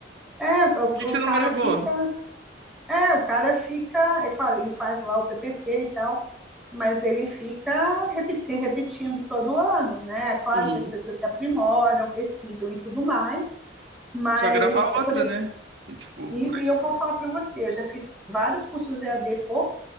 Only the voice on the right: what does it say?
Por que que
você
não gravou?
Uhum.
Só gravar outra,
né? Tipo,